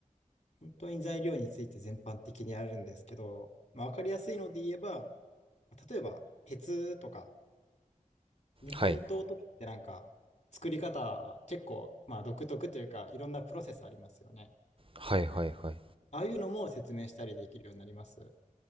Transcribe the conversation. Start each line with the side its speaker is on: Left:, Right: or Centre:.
Left: 本当に材料について全般的にあるんですけど、まあ、わかりやすいので言えば、例えば鉄とか日本刀とかってなんか作り方結構まあ独特というかいろんなプロセスありますよね。
Right: はい、はい、はい、はい。
Left: ああいうのも説明したりできるようになります。